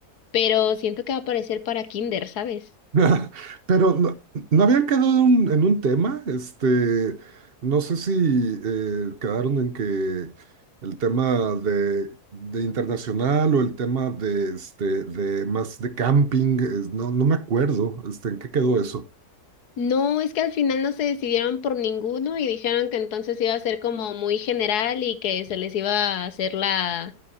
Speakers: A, on the left (about 80°); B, on the right (about 45°).
A: pero siento que va a parecer para kinder, ¿sabes?
B: <laughs> Pero no, no habían quedado en un, en un tema, este, no sé si eh, quedaron en que el tema de, de internacional o el tema de, este, de más de camping, es- no, no me acuerdo, este, ¿en qué quedó eso?
A: No, es que al final no se decidieron por ninguno y dijeron que entonces iba a ser como muy general y que se les iba a hacer la,